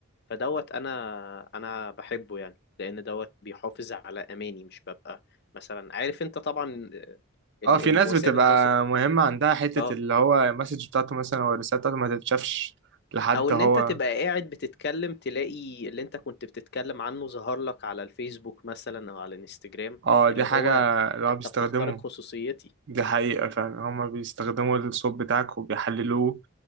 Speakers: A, on the left; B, on the right.
A: فدوت انا انا بحبه يعني لان دوت بيحافظ على اماني مش ببقى مثلا عارف انت طبعا آه، ال-
B: اه في
A: ال-
B: ناس
A: وسائل
B: بتبقى
A: التواصل
B: مهمة عندها حتة
A: اه
B: اللي هو المسج بتاعته مثلا او الرسالة بتاعته ما تتشافش لحد
A: او ان
B: هو
A: انت تبقى قاعد بتتكلم تلاقي اللي انت كنت بتتكلم عنه ظهر لك على الفيسبوك مثلا او على الانستجرام
B: اه دي
A: اللي
B: حاجة
A: هو
B: اللي هو
A: انت
B: بيستخدمه
A: بتخترق خصوصيتي
B: دي حقيقة فعلا هما بيستخدموا الصوت بتاعك وبيحللوه